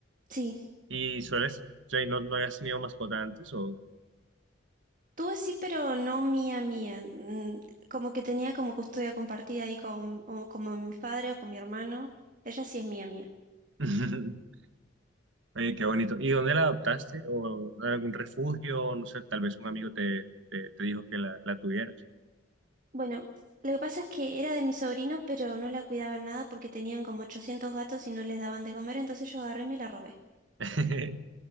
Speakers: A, on the right; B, on the right.
A: Sí,
B: ¿Y sueles, o sea, no, no habías tenido mascota antes o...?
A: tuve sí, pero no mía, mía. Mm, Como que tenía como custodia compartida ahí con, o como mi padre o con mi hermano. Ella sí es mía, mía.
B: <laughs> Oye, qué bonito. ¿Y dónde la adoptaste? ¿O en algún refugio? No sé, tal vez un amigo te, te, te dijo que la, la tuvieras.
A: Bueno, lo que pasa es que era de mi sobrino, pero no la cuidaban nada porque tenían como 800 gatos y no les daban de comer, entonces yo agarré y me la robé
B: <laughs>